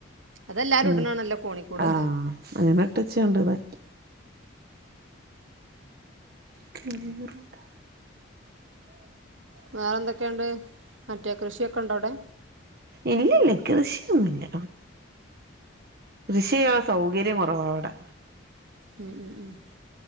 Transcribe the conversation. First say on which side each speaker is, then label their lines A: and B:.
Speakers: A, on the right; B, on the right.
A: അതെല്ലാരും
B: ഉം
A: ഇടണാണല്ലോ കോണിക്കൂട്.
B: ആഹ് അങ്ങനെ ഇട്ടച്ച ണ്ട് താക്കി. ചൊരത്ത് <unintelligible>
A: വേറെ എന്തൊക്കെയുണ്ട് മറ്റേ കൃഷിയൊക്കെ ഉണ്ടോ അവിടെ?
B: ഇല്ലല്ല കൃഷിയൊന്നുല്ല കൃഷിയ്യാന്ള്ള സൗകര്യം കൊറവാ ഇവടെ
A: ഉമ് ഉമ് ഉമ്